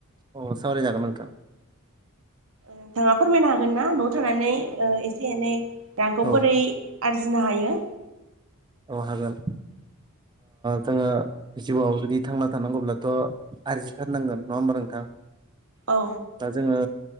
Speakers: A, on the right; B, on the right.
A: अ सावराय जागोन नोंथां।
B: नोंथाङा फोरमायनो हागोन ना न'आव थानानै एसे एनै रांखौ
A: औ
B: बोरै आरजिनो हायो
A: औ हागोन जोङो जिउआव जुदि थांना थानांगौब्लाथ' आरजि थारनांगोन नङा होमबा नोंथां?
B: औ
A: दा जोङो